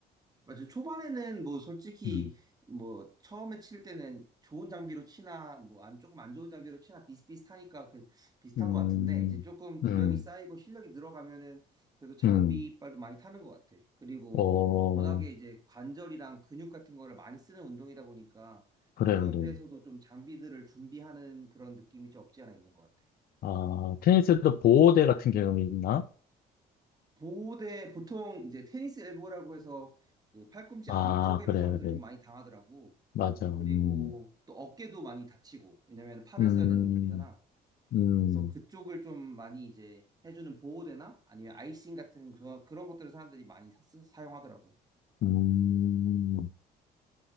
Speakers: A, on the right; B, on the left.
A: 맞아요. 초반에는 뭐 솔직히
B: 음,
A: 뭐 처음에 칠 때는 좋은 장비로 치나 뭐 안 조금 안 좋은 장비로 치나 비슷비슷하니까 그 비슷한
B: 음,
A: 것 같은데 이제 조금 구력이
B: 음,
A: 쌓이고 실력이 늘어가면은 그래도 장비빨도
B: 음.
A: 많이 타는 것 같아. 그리고
B: 어
A: 워낙에 이제 관절이랑 근육 같은 거를 많이 쓰는 운동이다 보니까
B: 그래
A: 그런
B: 그래.
A: 데서도 좀 장비들을 준비하는 그런 느낌이 좀 없지 않아 있는 것 같아.
B: 아 테니스도 보호대 같은 개념이 있나?
A: 보호대 보통 이제 테니스 엘보라고 해서 그 팔꿈치
B: 아
A: 안쪽에
B: 그래
A: 부상들을
B: 그래.
A: 좀 많이 당하더라고.
B: 맞아. 음,
A: 그리고 또 어깨도 많이 다치고, 왜냐면 팔을
B: 음,
A: 써야 되는 운동이잖아.
B: 음,
A: 그래서 그쪽을 좀 많이 이제 해주는 보호대나 아니면 아이싱 같은 그, 그런 것들을 사람들이 많이 사, 사용하더라고.
B: 음.